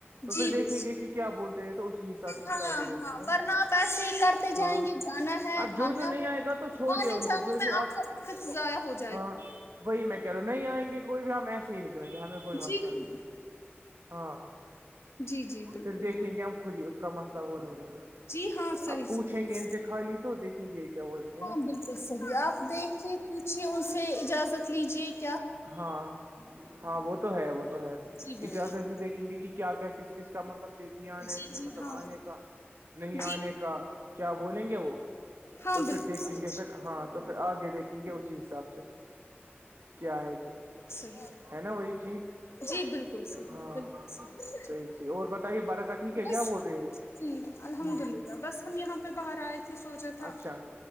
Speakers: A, on the right; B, on the left.
A: تو
B: جی
A: پھر دیکھیں
B: ب
A: گے کہ کیا بولتے ہیں تو اسی حساب سے
B: ہاں
A: پھر آگے
B: ہاں
A: دیکھ لیں گے نا
B: ورنہپ ایسے ہی کر جائیں
A: ہاں
B: گے جانا ہے
A: اب جو
B: آنا
A: جو نہیں
B: ہے
A: آئے گا تو چھوڑیے
B: آنے
A: ان
B: جانے
A: کو جو
B: میں
A: جو اب
B: آپ کا سقت ضائع ہوتا
A: ہاں وہی میں کہہ لو نہیں آئ گے کوئی بھی ہم ایسے ہی نکلیں گے کوئی مسئلہ
B: جی ہاں
A: نہیں ہاں
B: جی جی بالکل
A: پھر دیکھیں گے ہم خود ہی اس کا مسئلہ وہ نہیں ہے
B: جی ہاں صحیح
A: اب پوچھیں
B: صحیح
A: گے ان سے خالی تو دیکھیں گے یہ کیا وہ نہیں
B: ہاں بالکل صحیح ہے آپ دیکھھیے پوچھیے ان سے اجازت لیجیے کہ
A: ہاں ہاں وہ تو ہے وہ تو ہے
B: جی بالکل
A: اجازت دیکھیں گے کہ کیا کیا کس کس کا مطلب دھیان ہے
B: جی
A: اس میں
B: جی
A: مطلب
B: ہاں
A: آنے کا نہیں
B: جی
A: آنے کا کیا بولیں گے وہ
B: ہاں
A: تو پھر
B: بالکل
A: دیکھیں
B: صحیح
A: گے پھر ہاں تو پھر آگے دیکھیں گے اسی حساب سے کیا ہے کہ
B: صیح
A: ہے نا وہی ٹھیک
B: جی بالکل صحیح
A: ہاں
B: بالکلحیح
A: صحیح صحیح اور بتائیے برکہ ٹھیک ہے
B: بس
A: کیا بول رہی
B: جی
A: ہے
B: الحمد
A: ہ
B: اللہ بس ہم یہاں پہ باہر آئے تھ سوچا تھا
A: اچھا